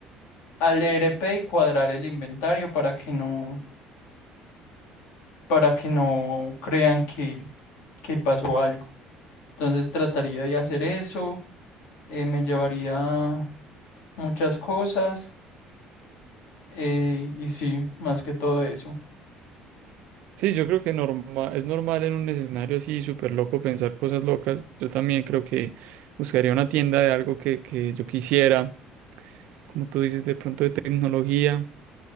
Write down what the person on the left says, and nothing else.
al ERP y cuadrar el inventario para que no, para que no crean que, que pasó algo. Entonces trataría de hacer eso, eh, me llevaría muchas cosas eh, y sí, más que todo eso.